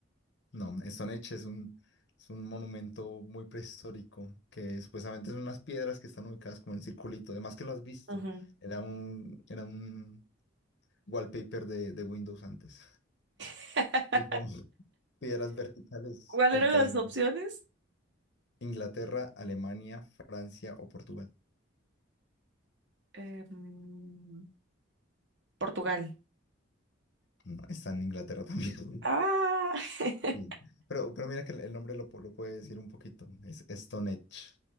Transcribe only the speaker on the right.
ujú.
<laughs>
¿Cuáles
eran las
opciones?
Eh, mm, Portugal.
Ah,
<laughs>